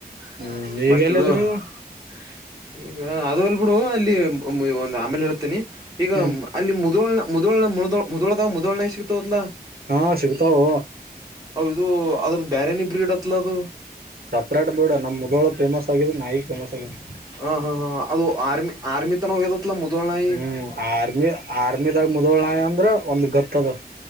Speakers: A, on the right; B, on the right.
A: <inaudible>
B: ಹ್ಮ್
A: ಮತ್ತ
B: ಈಗೆಲ್ಲಿದ್ರಿ
A: ಇದು
B: ನೀವು
A: <inaudible> ಈಗ ಅದ ಅಲ್ ಬಿಡು ಅಲ್ಲಿ ಒಂದ್ ಆಮೇಲೆ ಹೇಳ್ತೇನಿ ಈಗ
B: ಹ್ಮ್
A: ಅಲ್ಲಿ ಮುದೋನ ಮುದೋನ ಮು ಮುದೋಳದಾಗ ಮುದೋಳ ಸಿಕ್ತವತ್ ಅಲ್ಲ
B: ಹಾ ಸಿಗ್ತವು
A: ಅ ಇದು ಅದ್ರದ್ದ ಬ್ಯಾರನಿ ಬ್ರೀಡ್ ಅತ್ತಲ ಅದು
B: ಸಪ್ರೇಟ್ ಬೇಡ ನಮ್ಮ ಮುದೋಳ ಫೇಮಸ್ ಆಗಿದಿ ನಾಯಿಗೆ ಫೇಮಸ್ ಆಗಿದೆ
A: ಹಾ ಹಾ ಹಾ ಅದು ಆರ್ಮಿ ಆರ್ಮಿತನ ಹೋಗಿದೆ ಮುದಳ ನಾಯಿ <unintelligible>
B: ಹ್ಮ್ ಆರ್ಮಿ ಆರ್ಮಿದಾಗ ಮುದೋಳನ ನಾಯಿ ಅಂದ್ರ ಒಂದ್ ಗತ್ತ ಅದ